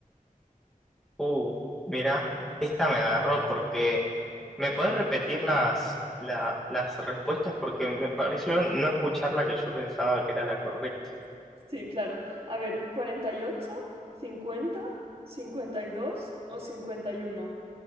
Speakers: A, in the centre; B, on the right (about 40°).
A: Uh, mira, esta me agarró porque... ¿Me podés repetir las, la- las respuestas? Porque me pareció no escuchar la que yo pensaba que era la correcta.
B: Sí, claro. A ver, cuarenta y ocho, cincuenta, cincuenta y dos o 51.